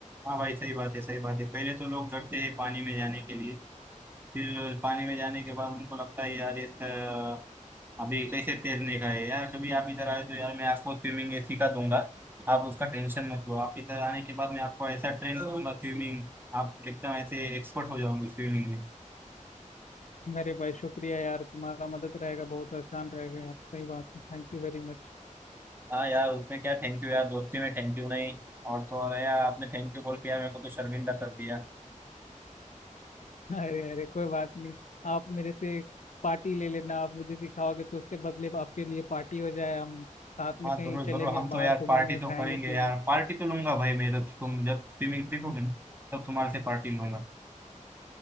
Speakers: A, on the right; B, on the left.
A: हाँ भाई सही बात है सही बात है पहले तो लोग डरते हैं पानी में जाने के लिए फिर पानी में जाने के बाद उनको लगता है यार ये स- अभी कैसे तैरने का है यार कभी आप इधर आए तो यार मैं आपको स्विमिंग ऐसी सिखा दूंगा आप उसका टेंशन मत लो आप इधर आने के बाद मैं आपको ऐसा ट्रेन करूंगा स्विमिंग आप एकदम ऐसे एक्सपर्ट हो जाओगे स्विमिंग में
B: मेरे भाई शुक्रिया यार तुम्हारा मदद रहेगा बहुत आसान रहेगा यार सही बात है थैंक यू वेरी मच
A: हाँ यार उसमें क्या थैंक यू यार दोस्ती में थैंक यू नहीं और तो और यार आपने थैंक यू बोल के यार मेरे को तो शर्मिंदा कर दिया
B: <laughs> अरे अरे कोई बात नहीं आप मेरे से पार्टी ले लेना आप मुझे सिखाओगे तो उसके बदले आपके लिए पार्टी हो जाए हम साथ में
A: हाँ
B: कहीं
A: जरूर
B: चलेंगे
A: जरूर हम तो
B: बाहर
A: यार
B: घूमेंगे
A: पार्टी तो
B: खाएंगे
A: करेंगे
B: पिएंगे
A: यार पार्टी तो लूंगा भाई मैं तो तुम जब स्विमिंग सीखोगे ना तब तुम्हारे से पार्टी लूंगा